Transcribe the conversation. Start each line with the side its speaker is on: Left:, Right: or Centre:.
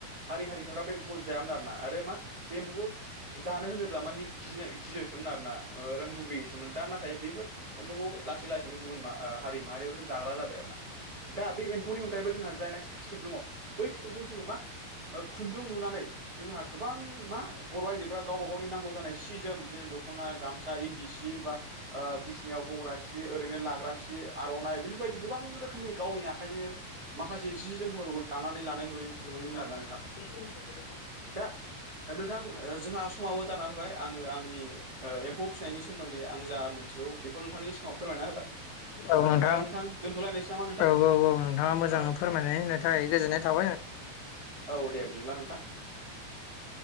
Right: हारि हारिसाफ्रा बे एम्फौखौ जायामोन आरोना आरो मा बे एम्फौखौ जानो होनोब्ला मानि। गिनाय गियोसोमोन आरोना मुगैयोसोमोन दा नाथाय बेफोर एम्फौखौ लासै लासैनो गुबुन मा। हारि माहारिफोरबो जाग्रा जाबाय आरो ना। दा बे एम्फौनि अनगायैबो जोंहा जायनाखि फिथोब दङ बै फिथोबखौ जोङो मा। खुन्दुं लुनानै जोंहा गोबां मा बर' आइजोफ्रा गावबा गावनि नांगौ जानाय। सि जोम बिदिनो दखना गामसा इन्दि सि बा बिसिनायाव बग्रा सि ओरैनो लाग्रा सि। आर'नाइ बेफोरबायदि गोबां रोखोमनि गावनि आखाइजोंनो माखासे जि जोमफोर दानानै लानाय नुयो।
Left: <inaudible>
Right: नुयोमोन आरोना नोंथां दा नोंथां जोंहा समावो जाना फैबाय आङो आंनि। एम्फौ फिनायनि सोमोन्दै आं जा मोनथिगौ बेखौ नोंथांनि सिगाङाव फोरमायना होबाय।
Left: औ
Right: ओ
Left: नोंथां
Right: दा दोनथ'लायनोसै नामा नोंथां
Left: औ औ औ नोंथाङा मोजाङै
Right: औ
Left: फोरमायनानै
Right: औ
Left: होनो थाखाय गोजोननाय। थाब
Right: औ दे बिदिब्ला नोंथां